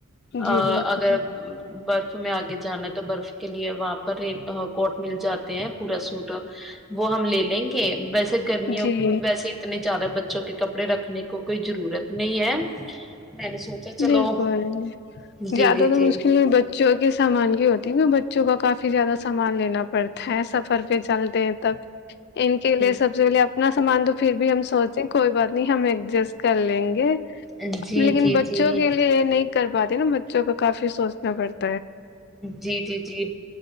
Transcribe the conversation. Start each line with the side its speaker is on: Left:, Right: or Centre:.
Centre: ا
Left: جی بالکل
Centre: اگر برت یں آگے جانا ہے تو برف کے لیے وہاں پر ر کوٹ مل جاتا تے ہیں پورا سوٹ وہ ہم لے لیں گے بس گرمییاوں
Left: جی
Centre: ویسے اتنے زیادہ بچوں کے کپڑے رکھنے کو کوئی ضرورت نہیں ہے میں نے سوچا چلو
Left: بالکل
Centre: جی
Left: زیادہ
Centre: جی
Left: تو
Centre: جی
Left: مشکل میں بچوں کے سامان کی ہوتی کی ا کافی زیادہ سامان لینا پڑتا ہے سفر پہ چلتے ہیں تب ان کے لیے
Centre: جی
Left: سب جو لے اپنا سامان تو پھر بھی ہم سوچے کوئی بات نہیں ہمیں ایڈجسٹ کر لیں گے
Centre: جی
Left: لیکن بچ
Centre: جی
Left: بچوں کے لیے یہ نہیں کر پاتے نا بچوں کافی سوچنا پڑتا
Centre: جی جی جی